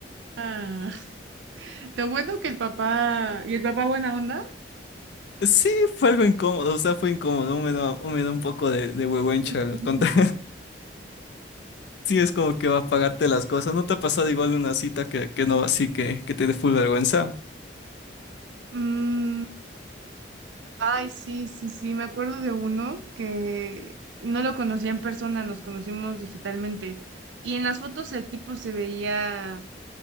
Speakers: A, on the right; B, on the left.
A: ah. Lo bueno que el papá... ¿Y el papá buena onda?
B: Sí, fue algo incómodo, o sea, fue incómodo, me da, me da un poco de, de huehuencha
A: <laughs>
B: contar Sí, es como que va a pagarte las cosas. ¿No te ha pasado igual una cita que, que no así que, que te dé full vergüenza?
A: Mm, Ay, sí, sí, sí, me acuerdo de uno que no lo conocía en persona, nos conocimos digitalmente y en las fotos el tipo se veía